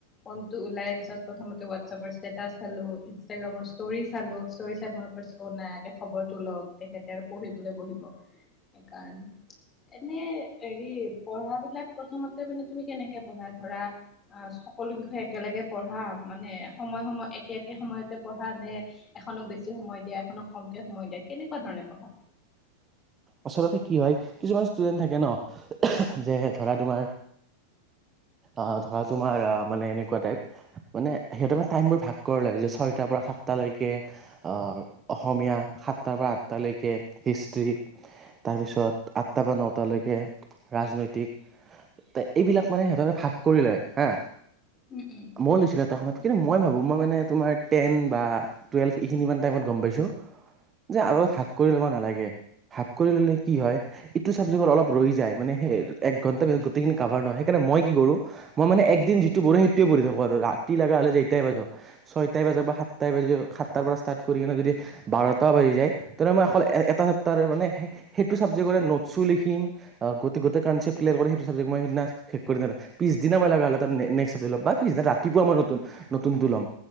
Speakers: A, on the left; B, on the right.
A: ফোন টো ওলাই তাৰপিছত প্ৰথমতে হোৱাটছএপৰ ষ্টেটাচ চালো ইনষ্টাগ্ৰামৰ ষ্টৰি চালোঁ, মোৰ নায়াকে খবৰটো লওক তেখেতে আৰু পঢ়িবলৈ বহিব এ কে এনেই হৰি পঢ়া বিলাক প্ৰথমতে মানে তুমি কেনেকে পঢ়া ধৰা অ সকলো বিষয়ে একেলগে পঢ়া মানে সময় সময় একে একে সময়তে পঢ়া নে এখনক বেছি সময় দিয়া এখনক কমকে সময় দিয়া কেনেকুৱা ধৰণে পঢ়া।
B: আচলতে কি হয় কিছুমান ষ্টুডেণ্ট থাকে ন, যে ধৰা তোমাৰ- অ' ধৰা তোমাৰ মানে এনেকুৱা টাইপ। মানে সিহঁতে মানেটাইমবোৰ ভাগ কৰিব লাগ যে ছয়টাৰ পৰা সাতটালৈকে। আহ' অসমীয়া সাতটাৰ পৰা আঠটালৈকে হিষ্ট্ৰী। তাৰপিছত আঠটাৰ পৰা নটালৈকে ৰাজনৈতিক। এইবিলাক মানে সিহঁতক ভাগ কৰি লয় হা।
A: উম, উম।
B: মই লৈছিলোঁ এটা সময়ত কিন্তু মই ভাবোঁ মই মানে তোমাৰ টেন বা- ট্ৰুৱেলভ এইখিনি ই টাইত গম পাইছোঁ যে ভাগ কৰি ল'ব নালাগে। ভাগ কৰি ল'লে কি হয়- ইটো চাবজেক্ট অলপ ৰৈ যায়। মানে এক ঘণ্টা পিছত গোটেইখিনি কাভাৰ নয় সেইকাৰণেই। কি কৰোঁ, মই মানে একদিন যিটো পঢ়ো সেইটোয়ে পঢ়ি থাকো আৰু ৰাতি লগা হ'লে যেতিয়াই বাজক। ছয়টাই বজাৰ বা সাতটাই বাজি, সাতটাৰ পৰা ষ্টাৰ্ট কৰি কিনে যদি- বাৰটা বাজি যায়। তেনে মই অকল এটা চেপটাৰে মানে সেইটো ছাবজেক্টৰে নোটছো লিখিম- গোটে গোটেই কনচেপ্ত ক্লিয়াৰ কৰে সেইটো চাবজেক্ট মই সেইদিনা- পিছদিনাই মই লগা লগা নেক্স চাবজেক্ট লম বা পিছদিনা ৰাতিপুৱা মই নতুন নতুনটো লম।